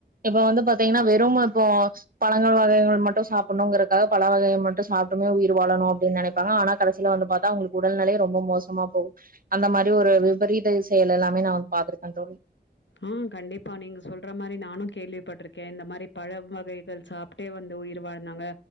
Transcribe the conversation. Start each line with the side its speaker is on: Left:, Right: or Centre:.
Right: இப்ப வந்து பாத்தீங்னா வெறும் அப்போ பழங்க வகைகள் மட்டு சாப்புட்னுங்கறக்காக பழ வகைய மட்டு சாப்ட்டுதா உயிர் வாழணு அப்டின் நெனைப்பாங்க ஆனா கடசில வந்து பாத்தா அவ்ங்களுக்கு உடல் நிலை ரொம்ப மோசமா போகு அந்த மாரி ஒரு விபரீத செயல் எல்லாமே நா பாத்திருக்க தோழி
Left: ம் கண்டிப்பா நீங்க சொல்ற மாரி நானு கேள்விப்பட்ரு க்கே இந்த மாரி பழம் வகைகள் சாப்ட்டே வந்து உயிர் வாழ்ந்தாங்க